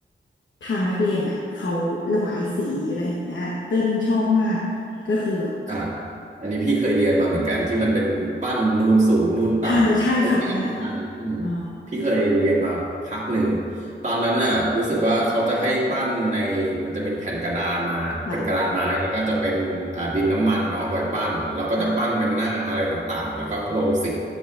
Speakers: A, on the left; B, on the right.
A: ทางนักเรียนเนี่ยเขาระบายสีอะไรอย่างเงี้ยเต้นชอบมากก็คือแบบ
B: อ่าอันนี้พี่เคยเรียนมาเหมือนกันที่มันเป็นปั้นนูนสูงนูนต่ำไอ้งานวิชานั้นอืม
A: ใช่ใช่ค่ะใช่ค่ะอ่า
B: พี่เคยเรียนมาพักหนึ่งตอนนั้นน่ะรู้สึกว่าเขาจะให้ปั้นในมันจะเป็นแผ่นกระดานมาเป็นกระดานไม้แล้วก็จะเป็นอ่าดินน้ำมันเนาะไว้ปั้นเราก็จะปั้นเป็นหน้าอะไรต่างๆแล้วก็ลงสี
A: หลักหลัก